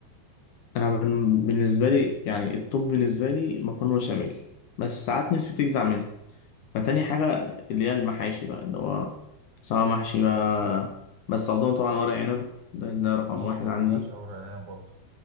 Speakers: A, on the left; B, on the right.
A: انا بن- بالنسبه لي يعني الطب بالنسبه لي مكرونه بشاميل بس ساعات نفسي بتجزع منها فتاني حاجه اللي هي المحاشي بقى اللي هو سواء محشي بقى بس افضل طبعا ورق عنب ده, ده رقم
B: اه
A: واحد عندي
B: انا بعشق ورق العنب برضه